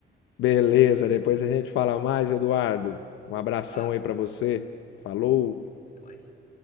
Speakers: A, on the left (about 80°); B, on the left (about 45°).
A: Beleza, depois a gente fala mais, Eduardo. Um abração
B: Abraços.
A: aí pra você. Falou.
B: Até mais.